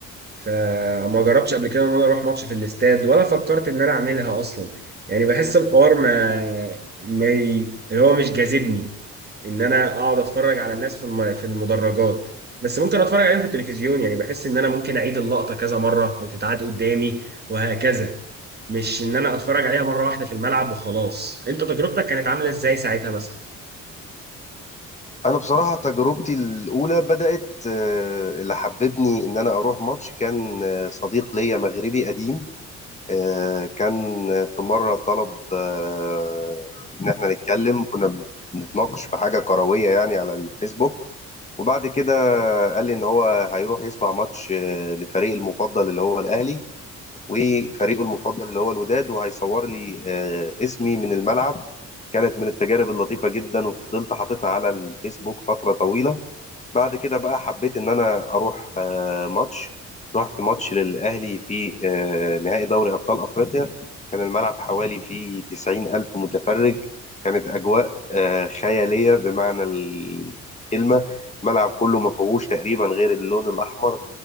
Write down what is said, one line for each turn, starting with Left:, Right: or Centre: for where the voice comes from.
Right: فما جربتش قبل كده ان انا اروح ماتش في الاستاد ولا فكرت ان انا اعملها اصلا يعني بحس الحوار ما ما ي- اللي هو مش جاذبني ان انا اقعد اتفرج على الناس في الم- في المدرجات بس ممكن اتفرج عليهم في التلفزيون يعني بحس ان انا ممكن اعيد اللقطة كذا مرة او تتعاد قدامي وهكذا مش ان انا اتفرج عليها مرة واحدة في الملعب وخلاص انت تجربتك كانت عاملة ازاي ساعتها مثلا
Left: انا بصراحة تجربتي الاولى بدأت آه، اللي حببني ان انا اروح ماتش كان آه، صديق ليا مغربي قديم آه، كان في مرة طلب آه، ان احنا نتكلم كنا بنتناقش في حاجة كروية يعني على الفيسبوك وبعد كده قال لي ان هو هيروح يسمع ماتش آه، لفريق المفضل اللي هو الاهلي وفريقه المفضل اللي هو الوداد وهيصور لي آه، اسمي من الملعب كانت من التجارب اللطيفة جدا وفضلت حاططها على الفيسبوك فترة طويلة بعد كده بقى حبيت ان انا اروح آه، ماتش رحت ماتش للاهلي في آه، نهائي دوري ابطال افريقيا كان الملعب حوالي فيه 90 الف متفرج كانت اجواء آه، خياليه بمعنى الكلمه الملعب كله ما فيهوش تقريبا غير اللون الاحمر